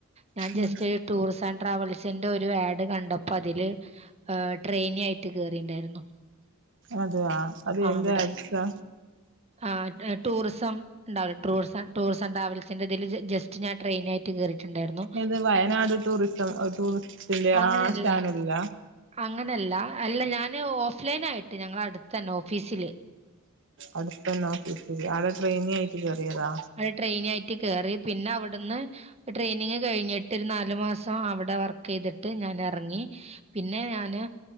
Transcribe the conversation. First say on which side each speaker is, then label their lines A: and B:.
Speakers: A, on the right; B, on the right.
A: ഞാൻ ജസ്റ്റ്
B: ഉം
A: ടൂർസ് ആൻഡ് ട്രാവൽസിന്റെ ഒരു ആഡ് കണ്ടപ്പോ അതില് ട്രെയിനി ആയിട്ട് കേറിണ്ടായിരുന്നു
B: അതെയ അത്
A: ആ
B: എന്താ
A: അവിടെ
B: അടുത്താ
A: ആ ടൂറിസം ണ്ടാവോ ടൂറിസം ട്ടൂ ട്രാവൽസിന്റെതിൽ ജസ്റ്റ് ഞാ ട്രെയിനായിട്ട് കേറിട്ടുണ്ടായിരുന്നു
B: ഇത് വയനാട് ടൂറിസം ടൂറിസ്റ്റിന്റെ
A: അങ്ങനെല്ല
B: ആ ചാനലില്ല
A: അങ്ങനെല്ല അല്ല ഞാന് ഓഫ് ലൈനായിട്ട് ഞങ്ങള അടുത്തന്നെ ഓഫീസില്
B: അടുത്തന്നെ ഓഫീസ് ആളെ ട്രെയിനി ആയിട്ട് കയറിയതാ
A: ആദ്യം ട്രെയിനായിട്ട് കയറി പിന്നെ അവിടുന്ന് ട്രെയിനിങ് കഴിഞ്ഞിട്ട് ഒരു നാലു മാസം അവിടെ വർക്ക് ചെയ്തിട്ട് ഞാൻ ഇറങ്ങി പിന്നെ ഞാന്